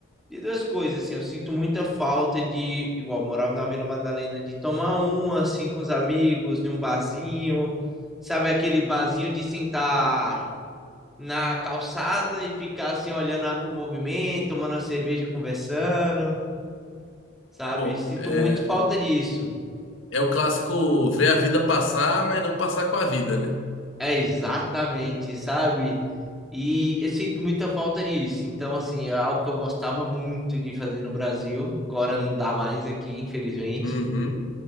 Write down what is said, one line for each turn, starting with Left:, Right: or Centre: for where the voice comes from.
Centre: de duas coisas, assim, eu sinto muita falta de, igual, eu morava na Vila Madalena, de tomar um assim com os amigos, num barzinho, sabe aquele barzinho de sentar na calçada e ficar assim olhando a- o movimento, tomando uma cerveja, conversando. sabe?
Left: Pô,
Centre: Sinto
Left: é,
Centre: muito falta disso.
Left: é o clássico ver a vida passar, mas não passar com a vida, né?
Centre: É exatamente, sabe? E eu sinto muita falta disso. Então, assim, é algo que eu gostava muito de fazer no Brasil. Agora não dá mais aqui, infelizmente.
Left: Uhum.